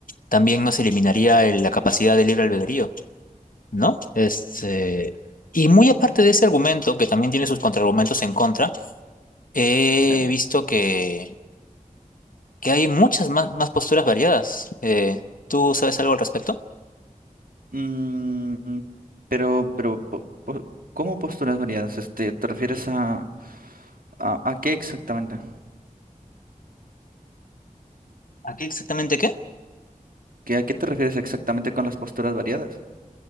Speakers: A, on the left; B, on the right.
A: también nos eliminaría el- la capacidad de libre albedrío, ¿no? Este, y muy aparte de ese argumento, que también tiene sus contraargumentos en contra, he
B: Sí.
A: visto que, que hay muchas más, más posturas variadas. Eh, ¿tú sabes algo al respecto?
B: Mm, pero, pero, po- po- ¿cómo posturas variadas? Este, ¿te refieres a, a, a qué exactamente?
A: ¿A qué exactamente qué?
B: ¿Qué, a qué te refieres exactamente con las posturas variadas?